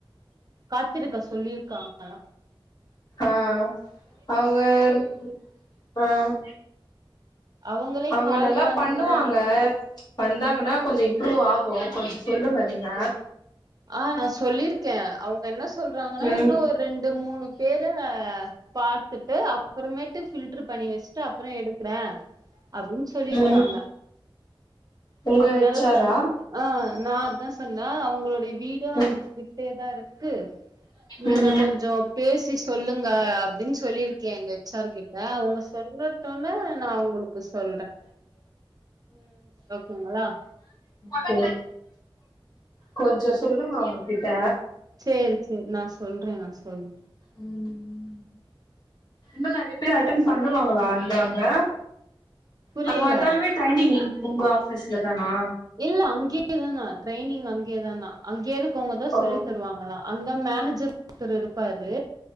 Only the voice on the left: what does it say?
ஆஹ் அவுங்க ஆஹ்
அவங்க
நல்லா
பண்ணுவாங்க வந்தாங்கன்னா கொஞ்சோ இம்ப்ரூவ் ஆகும் கொஞ்சோ சொல்லுங்க நீங்க
ம்
ம் உங்க ஹெச்
ஆரா
ம்
ம்
கே கொஞ்சு சொல்லுங்க அவ கிட்ட
உம் <unintelligible> இப்பவே அட்டன் பண்ணுவாங்களா வந்து அங்க
அங்க வந்தாலுமே ட்ரைனிங்கிங் உங்க ஆபீஸ்ல தானா
ஓ